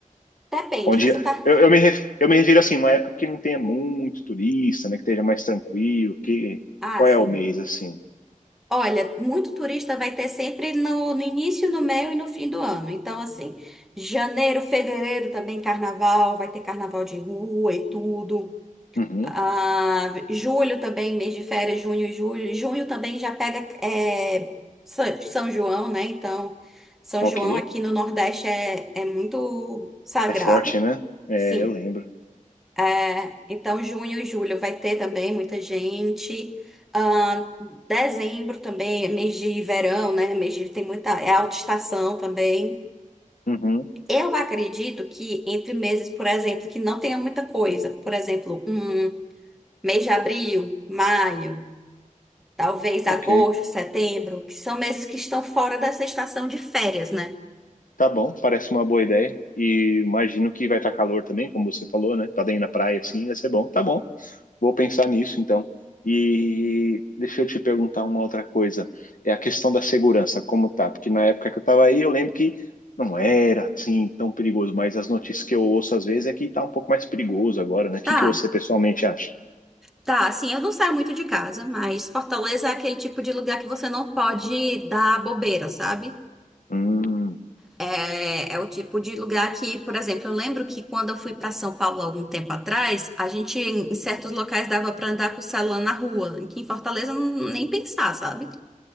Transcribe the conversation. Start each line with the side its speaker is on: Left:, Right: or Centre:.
Centre: depende,
Left: Onde
Centre: você tá.
Left: eu, eu me ref- eu me refiro assim, uma época que não tenha muito turista, né? Que esteja mais tranquilo. Que
Centre: Ah,
Left: qual
Centre: sim.
Left: é o mês assim?
Centre: Olha, muito turista vai ter sempre no, no início, no meio e no fim do ano. Então, assim, janeiro, fevereiro também carnaval, vai ter carnaval de rua e tudo.
Left: Uhum,
Centre: Ah, julho também, mês de férias, junho, julho. Junho também já pega é, Sa- São João, né? Então, São
Left: ok.
Centre: João aqui no Nordeste é, é muito sagrado.
Left: É forte, né? É,
Centre: Sim.
Left: eu lembro.
Centre: É, então, junho e julho vai ter também muita gente. Ahn, dezembro também, é mês de verão, né? Mês de, tem muita, é alta estação também.
Left: Uhum.
Centre: Eu acredito que entre meses, por exemplo, que não tenha muita coisa. Por exemplo, um mês de abril, maio, talvez
Left: Ok.
Centre: agosto, setembro, que são meses que estão fora dessa estação de férias, né?
Left: Tá bom, parece uma boa ideia. E imagino que vai estar calor também, como você falou, né? Tá bem na praia assim, vai ser bom. Tá bom. Vou pensar nisso então. E deixa eu te perguntar uma outra coisa. É a questão da segurança, como tá? Porque na época que eu tava aí, eu lembro que não era assim tão perigoso, mas as notícias que eu ouço às vezes é que tá um pouco mais perigoso agora, né? O que
Centre: Tá,
Left: que você pessoalmente acha?
Centre: tá. Assim, eu não saio muito de casa, mas Fortaleza é aquele tipo de lugar que você não pode dar bobeira, sabe?
Left: Hum.
Centre: É, é o tipo de lugar que, por exemplo, eu lembro que quando eu fui para São Paulo algum tempo atrás, a gente em certos locais dava para andar com o celular na rua, que em Fortaleza não- nem pensar, sabe?